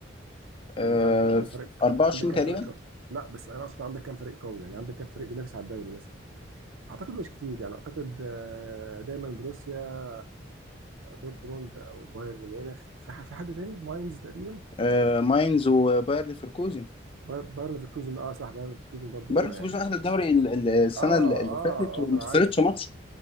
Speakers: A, on the left (about 25°); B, on the right (about 80°).
A: آه،
B: يعني انت عندك كام فريق
A: 24
B: انت عندك كام
A: تقريبا
B: فريق قوي؟ لا بس انا اصلا عندك كام فريق قوي يعني عندك كام فريق بينافس على الدوري مثلا اعتقد مش كتير يعني اعتقد آه، دايما بروسيا دورتموند او بايرن ميونخ في ح- في حد تاني ماينز تقريبا
A: آه، ماينز وباير ليفركوزن
B: باير- بايرن ليفركوزن اه صح بايرن ليفركوزن برضو
A: بايرن
B: يعني
A: ليفركوزن اخذ الدوري ال- ال- السنه
B: اه
A: اللي
B: اه
A: اللي فاتت وما
B: اه ما انا
A: خسرتش
B: عارف
A: ماتش